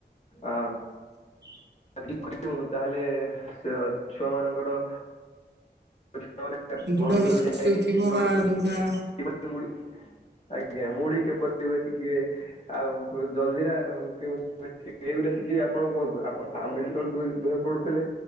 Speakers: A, on the left (about 40°); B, on the right (about 75°).
A: ଆ
B: ହ
A: ଯ କରିଉନୁ ତାହେଲେ ସେ ଛୁଆ ମାନଙ୍କର <unintelligible>
B: ଦୃଢ
A: ଭବିଷ୍ୟରେ
B: ବିଶ୍ୱାସ
A: <unintelligible>
B: ଯୋଉ ଥିବ ବା ଯୋଉଟା
A: ଆଜ୍ଞା ମୁଢି କେପରି ହୁଏ ଶିଖିବେ ଆଉ ଜଲଜିିରା କେମ ଏଇ ଗୋଟା ଶଖିବେ ଆପଣ କୁହନ୍ତୁ ଆମେ ଯେତେବେଳେ ଦୁ ଦୁହେ ପଡୁଥିଲେ